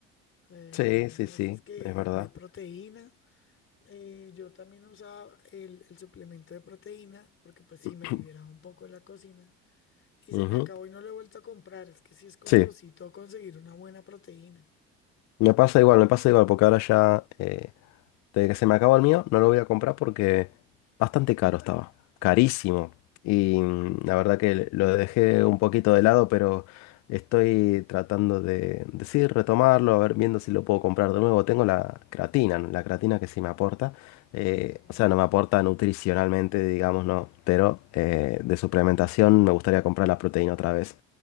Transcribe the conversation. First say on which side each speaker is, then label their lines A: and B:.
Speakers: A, on the left (about 45°); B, on the left (about 60°).
A: eh,
B: Sí,
A: a una
B: sí, sí,
A: de estas que
B: es verdad.
A: de proteína. Eh, yo también usaba el, el suplemento de proteína porque pues sí
B: <clears throat>
A: me liberaba un poco de la cocina y
B: Ujú.
A: se me acabó y no lo he vuelto a comprar. Es que sí es costosito
B: Sí.
A: conseguir una buena proteína.
B: Me pasa igual, me pasa igual, porque ahora ya eh, desde que se me acabó el mío, no lo voy a comprar porque bastante caro estaba, carísimo. Y mm, la verdad que lo dejé un poquito de lado, pero estoy tratando de decir, retomarlo, a ver, viendo si lo puedo comprar de nuevo. Tengo la creatina, ¿no? la creatina que sí me aporta. eh,
A: Ajá,
B: o sea, no me aporta nutricionalmente, digamos, no, pero eh, de suplementación me gustaría comprar la proteína otra vez.